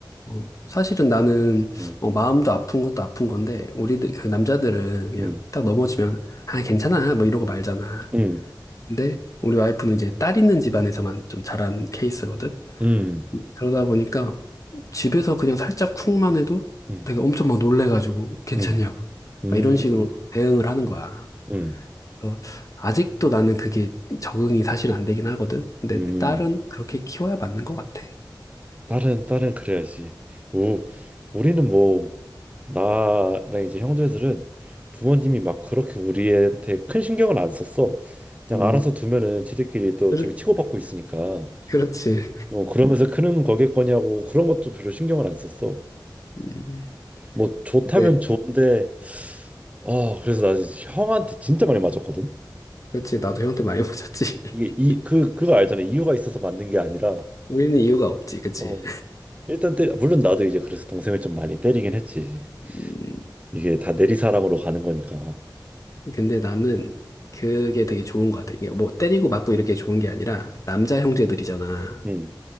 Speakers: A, on the left; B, on the right.
A: 어, 사실은 나는
B: 응,
A: 어, 마음도 아픈 것도 아픈 건데 우리들 그 남자들은 그냥
B: 응,
A: 딱 넘어지면 아 괜찮아 뭐 이러고 말잖아.
B: 응,
A: 근데 우리 와이프는 이제 딸 있는 집안에서만 좀 자란 케이스거든.
B: 응,
A: 그러다 보니까 집에서 그냥 살짝 쿵만 해도
B: 응,
A: 되게 엄청 막 놀래가지고 괜찮냐고
B: 응, 응,
A: 막 이런 식으로 대응을 하는 거야.
B: 응,
A: 그래서 아직도 나는 그게 적응이 사실 안 되긴 하거든. 근데
B: 응.
A: 딸은 그렇게 키워야 맞는 것 같아.
B: 딸은 딸은 그래야지. 우 우리는 뭐 나랑 이제 형제들은 부모님이 막 그렇게 우리한테 큰 신경을 안 썼어. 그냥
A: 음,
B: 알아서 두면은 지들끼리 또
A: 그렇,
B: 저기 치고받고 있으니까.
A: 그렇지.
B: 어 그러면서 크는 거겠거냐고 그런 것도 별로 신경을 안 썼어.
A: 음.
B: 뭐 좋다면
A: 네.
B: 좋은데 어 그래서 나 진짜 형한테 진짜 많이 맞았거든
A: 그치, 나도 형한테 많이 맞았지. <laughs>
B: 이게 이 그 그거 알잖아 이유가 있어서 맞는 게 아니라
A: 우리는 이유가 없지, 그치.
B: 어 일단 때 물론 나도 이제 그래서 동생을 좀 많이 때리긴 했지
A: 음,
B: 이게 다 내리사랑으로 가는 거니까
A: 근데 나는 그게 되게 좋은 것 같아. 이게 뭐 때리고 맞고 이렇게 좋은 게 아니라 남자 형제들이잖아.
B: 음음음음